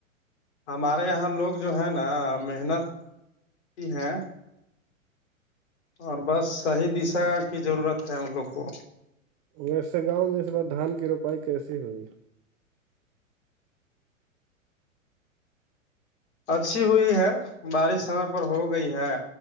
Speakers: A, on the left; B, on the right.
A: ہمارے یہاں لوگ جو ہیں نا محنتتی ہیں <unintelligible> اور بس صحیح دشا کی ضرورت ہے ان لوگ کو
B: ویسے گاؤں میں اس بار دھان کی روپائی کیسی ہوئی
A: اچھی ہوئی ہے بارش سمے پر ہو گئی ہے